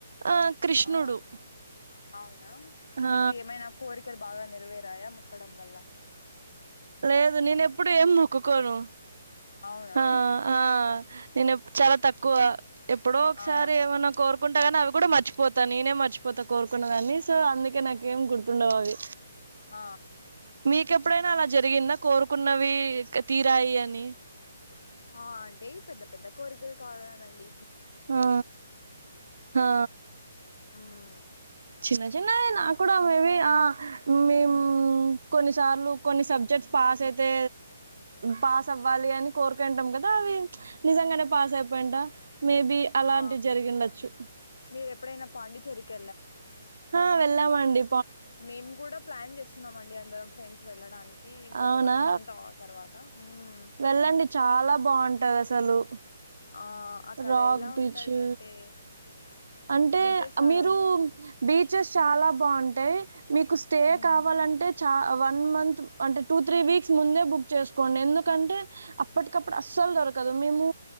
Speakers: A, on the right; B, on the left.
A: ఆ కృష్ణుడు
B: ఆ అవునా మీకు
A: ఆ!
B: ఏమైనా కోరికలు బాగ నెరవేరాయా మొక్కడం వల్ల
A: లేదు నేను ఎప్పుడు ఏం మొక్కుకోను
B: అవునా
A: హ ఆ నేను ఎప్ చాలా తక్కువ ఎప్పుడో ఒకసారి
B: ఆ
A: ఏమన్నా కోరుకు కుంటాగానీ అవి కూడ మర్చిపోతాను నేనే మర్చిపోతా కోరుకున్న దాన్ని సో అందుకే నాకే ఏం గుర్తుండవు అవి
B: ఆ
A: మీకెప్పుడైనా అలా జరిగిందా కోరుకున్నవి తీరాయి అని
B: ఆ అంటే పెద్ద పెద్ద కోరికలు కాదు కదండి
A: హా ఆ
B: ఉమ్
A: చిన్న చిన్నవి నాక్కూడా మేబి ఆ మేమ్ కొన్నిసార్లు కొన్ని సబ్జెక్ట్ పాస్ అయితే పాస్ అవ్వాలి అని కోరుకుంటాం కదా అవి నిజంగానే పాస్ అయి పోయిండ మేబి అలాంటి
B: ఆ
A: జరిగిండొచ్చు
B: మీరు ఎప్పుడైనా పాండిచ్చేరికి
A: హా వెళ్లామండి
B: మేమ్ కూడ ప్లాన్ చేస్తున్నామండి అందరం ఫ్రెండ్స్ వెళ్ళడానికి ఇంకొక
A: అవునా!
B: వన్ మంత్ ఆ తర్వాత ఉమ్
A: వెళ్ళండి చాలా బావుంటదసలు.
B: ఆ అక్కడ
A: రాక్
B: ఎలా
A: బీచ్
B: ఉంటది అంటే
A: అంటే
B: బీచెస్ చాలా
A: మీరు
B: ఉంటాయా
A: బీచెస్ చాల బాగుంటాయి మీకు స్టే
B: ఉమ్
A: కావాలంటే చ వ వన్ మంత్ అంటే టూ త్రీ వీక్స్ ముందే బుక్ చేసుకోండి ఎందుకంటే అప్పటికప్పుడు అస్సలు దొరకదు మేము